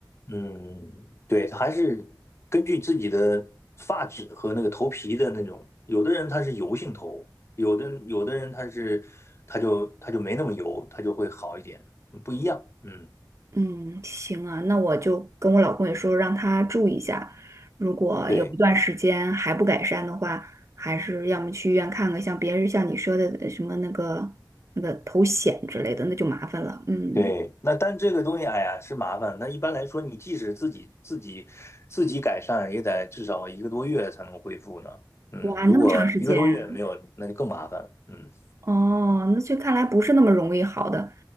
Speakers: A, on the left; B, on the right.
A: 嗯，对，它还是根据自己的发质和那个头皮的那种，有的人他是油性头，有的有的人他是他就他就没那么油，他就会好一点，不一样。嗯，
B: 嗯，行啊，那我就跟我老公也说，让他注意一下，如果有嗯一段时间还不改善的话，
A: 对。
B: 还是要么去医院看看，像别人像你说的呃什么那个那个头癣之类的，那就麻烦了。嗯，
A: 对，那但这个东西，哎呀，是麻烦。那一般来说，你即使自己自己自己改善，也得至少一个多月才能恢复呢。嗯，
B: 哇，
A: 如果一个多月没有，
B: 那么长时间啊
A: 那就更麻烦了。嗯
B: 哦，那这看来不是那么容易好的。